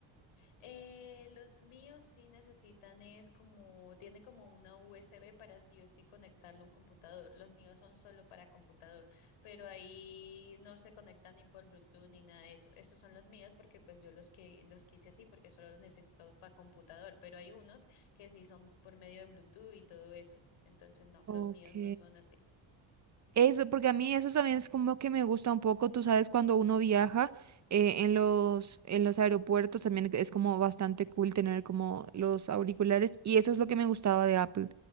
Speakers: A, on the left; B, on the right.
A: Eh, los míos sí necesitan es como, tiene como una USB para sí o sí conectarlo a un computador. Los míos son solo para computador, pero ahí no se conectan ni por Bluetooth ni nada de eso. Esos son los míos porque pues yo los que los quise así porque solo los necesito para computador, pero hay unos que sí son por medio de Bluetooth y todo eso. Entonces no,
B: Ok.
A: los míos no son así.
B: Eso, porque a mí eso también es como que me gusta un poco, tú sabes, cuando uno viaja eh, en los, en los aeropuertos también es como bastante cool tener como los auriculares y eso es lo que me gustaba de Apple.